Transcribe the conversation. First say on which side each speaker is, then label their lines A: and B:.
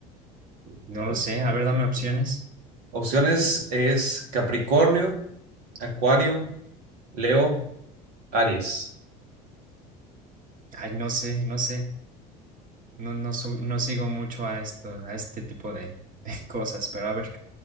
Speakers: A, on the right (about 40°); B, on the right (about 80°).
A: No lo sé, a ver, dame opciones.
B: Opciones es Capricornio, Acuario, Leo, Aries.
A: Ay, no sé, no sé. No, no, su- no sigo mucho a esto, a este tipo de, de cosas, pero a ver,